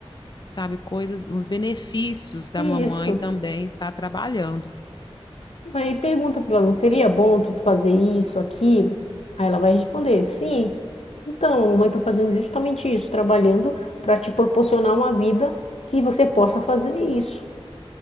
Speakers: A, on the left (about 45°); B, on the left (about 85°).
A: sabe? Coisas, os benefícios da
B: isso.
A: mamãe também estar trabalhando.
B: Aí pergunta pra ela, não seria bom tu fazer isso, aquilo? Aí ela vai responder, sim. Então, a mamãe tá fazendo justamente isso, trabalhando para te proporcionar uma vida que você possa fazer isso.